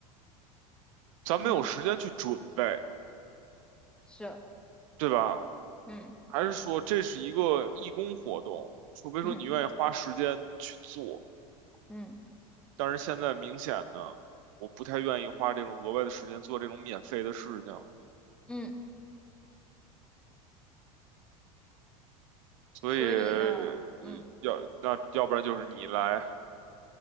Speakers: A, on the right; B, in the centre.
A: 咱没有时间去准备，
B: 嗯，是，
A: 对吧？
B: 嗯
A: 还是说这是一个义工活动，除非说你愿意花时间去做。
B: 嗯嗯
A: 但是现在明显的，我不太愿意花这种额外的时间做这种免费的事情，
B: 嗯，
A: 所以呃
B: 所以呢，嗯，
A: 要那要不然就是你来，